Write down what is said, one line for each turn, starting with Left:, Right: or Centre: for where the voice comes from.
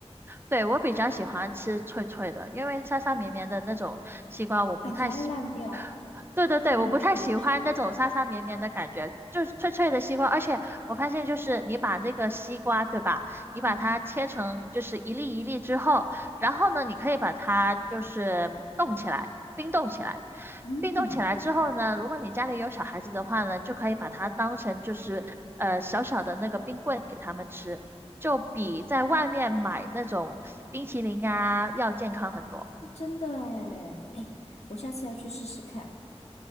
Right: 对，我比较喜欢吃脆脆的，因为沙沙绵绵的那种西瓜我不太喜
Left: 感觉要烂掉。
Right: 对对对，
Left: 有没有一种就是
Right: 我不太喜欢那种沙沙绵绵的感觉，就是脆脆的西瓜。而且我发现，就是你把那个西瓜，对吧？你把它切成就是一粒一粒之后，
Left: 嗯
Right: 然后呢，你可以把它就是冻起来，冰冻起来。
Left: 嗯，
Right: 冰冻起来之后呢，如果你家里有小孩子的话呢，就可以把它当成就是呃小小的那个冰棍给他们吃，就比在外面买那种冰淇淋啊要健康很多。
Left: 真的哎哎，我下次要去试试看。